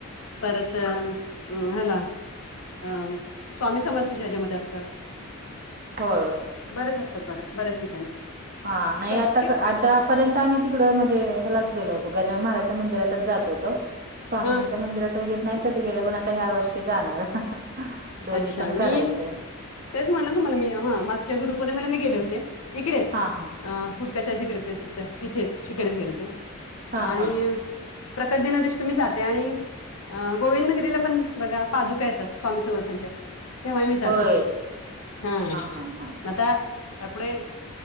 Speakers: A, on the left; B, on the right.
A: परत अ हला अ स्वामी समर्थच्यामध्ये असतात.
B: होय.
A: बरेच असतात बघा बऱ्याच ठिकाणी.
B: हा नाही
A: प्रत्येक
B: आता, आता पर्यंत आम्ही तिकडं म्हणजे ह्याच गेलो होतो, गजान महाराजच्या मंदिरातच जात होतो. स्वामींच्या
A: हा
B: मंदिरात वगैरे नाही कधी गेले पण आता ह्या वर्षी जाणार. दोन्ही
A: अच्छा!
B: पण
A: मी
B: करायचे
A: तेच म्हणल तुम्हाला मी हा मागच्या गुरुपौर्णिमेला मी गेले होते. इकडेच
B: हा हा
A: अ फुटक त्याजिकडे तिथेच तिकडेच गेलो होते.
B: हा
A: आणि
B: हा
A: प्रकट दिना दिशी तुम्ही जाते, आणि अ गोविंदनगरीला पण बघा पादुका येतात स्वामी समर्थांच्या. तेव्हा मी जाते.
B: होय
A: हा
B: हा हा
A: आता त्यापुढे